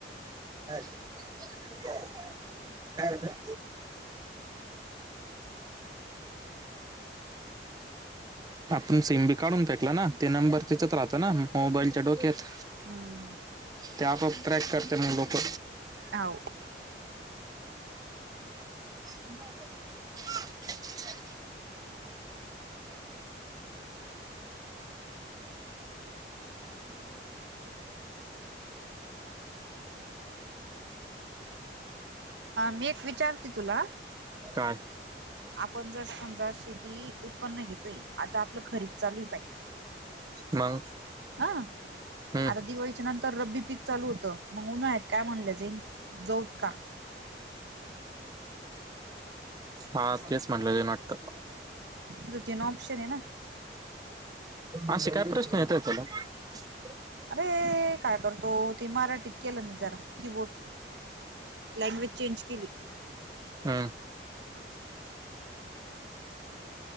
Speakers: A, on the right; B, on the right.
A: काय झालं काय झालं. आपण सिम बी काढून पेकला ना ते नंबर तिच्यात राहत ना मोबाईलच्या डोक्यात.
B: हम्म.
A: त्या आप ट्रॅक करते ना लोक
B: हो.
A: <inaudible>
B: मी एक विचारते तुला
A: <inaudible> काय.
B: आपण जर समजा शेती उत्पन्न घेतोय आता आपलं खरीप चालू पाहिजे
A: मग?
B: अ
A: हम्म
B: आता दिवाळीच्या नंतर रब्बी पिक चाल होतं मग उन्हाळ्यात काय म्हणल्या जे जाऊत का.
A: हा तेच म्हटलं ना वाटतं.
B: तिथं तेन ऑपशन आहे ना.
A: असे काय प्रश्न येतायत <unintelligible>
B: अरे काय करतो ते मराठीत केलं मी जरा. कीबोर्ड लँग्वेज चेंज केली
A: हम्म.